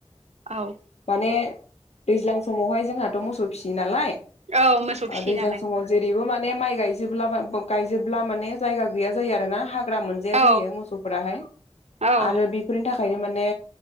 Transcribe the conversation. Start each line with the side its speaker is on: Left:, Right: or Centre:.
Right: औ‌।
Left: माने दैज्लां समावहाय जोंहाथ' मोसौ फिसियो नालाय
Right: औ मोसौ फिसियो
Left: दैज्लां
Right: नालाय
Left: समाव। जेरैबो माने माइ गायजोबब्ला गायजोबब्ला माने जायगा गैया जायो आरो ना हा मोनजाया‌
Right: औ
Left: जायो मोसौफोरा हाय
Right: औ
Left: आरो बि नि थाखायनो माने